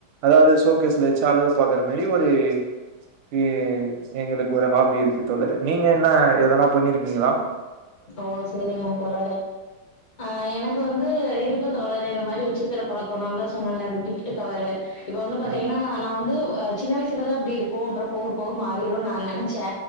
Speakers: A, on the right (about 80°); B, on the left (about 55°).
A: அதாவ்து சோகேஸ்ல வச்சு அழகு பாக்குற மாரி ஒரு உம் எங்களுக்கு ஒரு ஹாபி இருக்கு தோழரே நீங்க என்ன எதனா இருக்கீங்களா
B: ஓ சேரிங்க தோழரே ஆஹ் எனக்கு வந்து இருக் கு தோழரே இந்த மாரி விச்சத்திர பழக்கம் நா தா சொன்னேல இந்த கிஃப்ட்டு கவரு ப்ப வந்து பாத்தீங்கன்னா
A: அ
B: நா வந்து ஆ சின்ன வயசுலதா அப்டி இருக்கோ அப்பற போக போக மாறிரோனு நா நெனச்சே